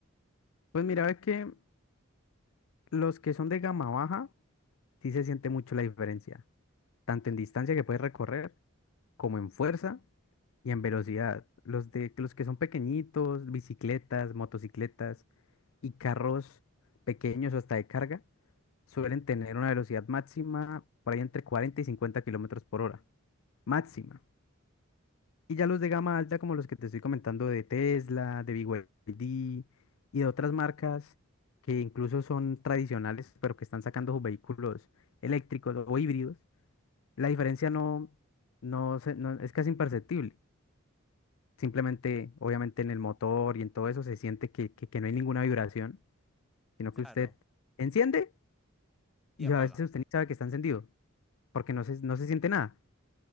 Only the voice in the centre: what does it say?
Claro,
y
apaga.